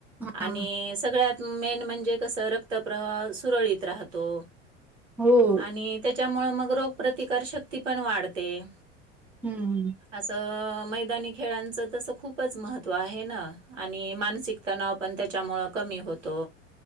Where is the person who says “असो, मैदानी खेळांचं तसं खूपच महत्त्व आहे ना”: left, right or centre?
Right